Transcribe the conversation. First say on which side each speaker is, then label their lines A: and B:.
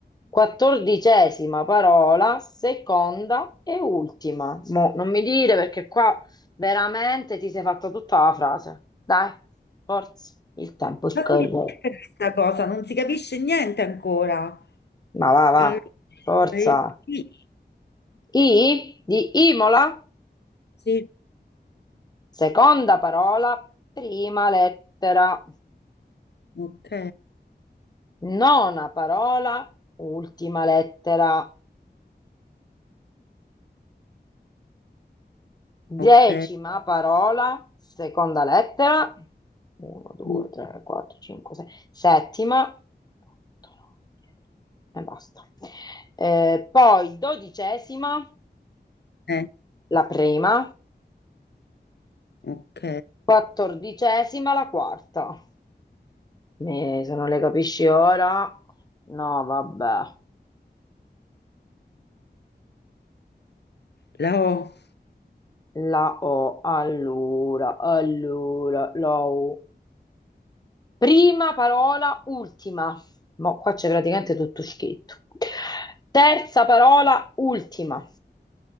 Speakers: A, on the left (about 20°); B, on the left (about 70°).
A: quattordicesima parola, seconda e ultima. Mo, non mi dire perché qua veramente ti sei fatta tutta la frase. Dai, forza, il tempo scorre.
B: Ma come è questa cosa? Non si capisce niente ancora.
A: Ma va,
B: Allora,
A: va, forza.
B: eh, sì,
A: I di Imola,
B: sì,
A: seconda parola, prima lettera,
B: ok.
A: nona parola, ultima lettera, decima
B: Ok,
A: parola, seconda lettera, 1, 2,
B: mm,
A: 3, 4, 5, 6, settima, otto, nove, dieci. e basta. Eh, poi dodicesima,
B: eh,
A: la prima,
B: ok,
A: quattordicesima, la quarta. Eh, se non le capisci ora, no, vabbè.
B: la O,
A: La O, allora, allora, la U. Prima parola, ultima. Mo' qua c'è praticamente tutto scritto. Terza parola, ultima.